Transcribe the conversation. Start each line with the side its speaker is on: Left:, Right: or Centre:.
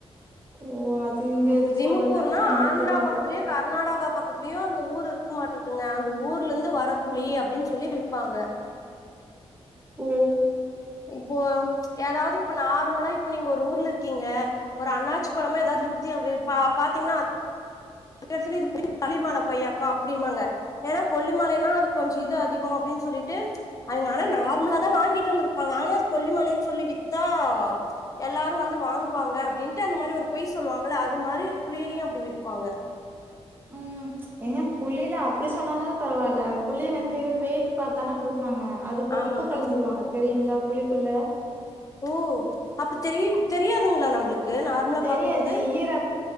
Right: ஓ அது இங்க எது
Left: திமுக்கூர்னா
Right: சொல்லல எனக்கு
Left: ஆந்திரா
Right: தெரில
Left: பக்கத்துலயோ கர்நாடகா பக்கத்துலயும் அந்த ஊர் இருக்க மாட்டிருக்குங்க அந்த ஊர்ல இருந்து வர புளி அப்டின்னு சொல்லி விப்பாங்க
Right: ஓ
Left: இப்போ ஏதாவது இப்ப நார்மலா இப்ப நீங்க ஒரு ஊர்ல இருக்கீங்க ஒரு அண்ணாச்சி பழமோ ஏதாவது
Right: ம்
Left: வித்தியா பாத்தீங்கன்னா <unintelligible> கொய்யாக்கானு அப்படிமாங்க ஏன்னா கொல்லிமலைன்னா அது கொஞ்சம் இது அதிகம் அப்டின்னு சொல்லிட்டு அதுங்க ஆனா நார்மலா தான் வாங்கிட்டு வந்திருப்பாங்க ஆனா அது கொல்லிமலைன்னு சொல்லி வித்தா எல்லாரு வந்து வாங்குவாங்க அப்டின்ட்டு அந்த மாரி ஒரு பொய் சொல்லுவாங்கள அது மாரி புளிலியும் அப்டி விப்பாங்க
Right: ம் ஏங்க புளில அப்டி சொன்னாவு பரவால்ல புளி வந்து வெயிட் பாத்தான குடுக்குறாங்க அதுக்கு
Left: ஆமாங்க
Right: உப்பு கலந்துருவாங்க தெரியுங்களா புளிக்குள்ள
Left: ஓ அப்ப தெரிய தெரியாதுங்களா நம்மளுக்கு நார்மலா
Right: தெரியாது
Left: பாக்கும்போது
Right: ஈர